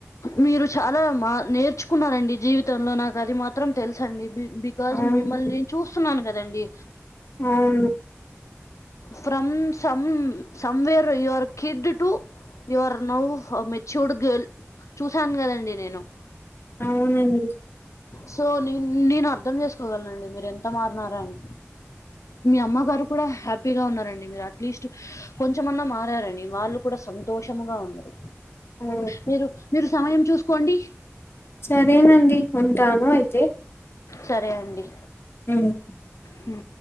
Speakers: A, on the left; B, on the left.
A: మీరు చాలా మా నేర్చుకున్నారండి జీవితంలో నాకు అది మాత్రం తెలుసండి బికాజ్
B: అవునండి
A: మిమ్మల్ని నేను చూస్తున్నాను కదండి
B: అవును
A: ఫ్రం సం somewhere your kid to you are now matured girl చూసాను కదండి నేను
B: అవునండి
A: సో న నేను అర్థం చేసుకోగలనండి మీరు ఎంత మారినారా అని మీ అమ్మగారు కూడా హ్యాపీగా ఉన్నారండి. మీరు అట్లీస్ట్ కొంచెమన్నా మారారండి వాళ్ళు కూడా సం సంతోషముగా ఉండరు
B: అవును
A: మీరు మీరు సమయం చూసుకోండి
B: సరేనండి ఉంటాను అయితే
A: సరే అండి
B: ఉమ్
A: హు